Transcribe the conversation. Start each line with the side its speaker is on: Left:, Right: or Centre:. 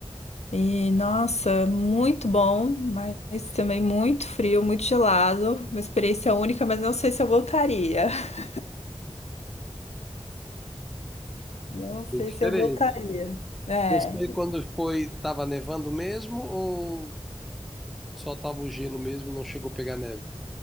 Left: E nossa, muito bom, mas também muito frio, muito gelado. Uma experiência única, mas não sei se eu voltaria. <laughs> Não sei
Centre: Foi diferente.
Left: se eu voltaria. É.
Centre: Você, quando foi, tava nevando mesmo ou só tava o gelo mesmo e não chegou a pegar neve?